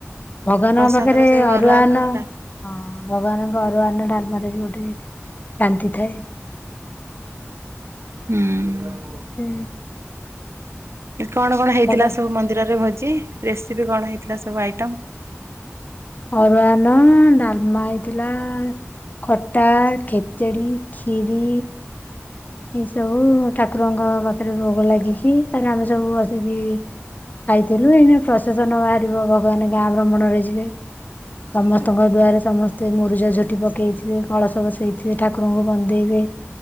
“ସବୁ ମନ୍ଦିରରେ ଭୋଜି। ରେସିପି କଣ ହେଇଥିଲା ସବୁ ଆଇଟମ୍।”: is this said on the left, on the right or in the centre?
Right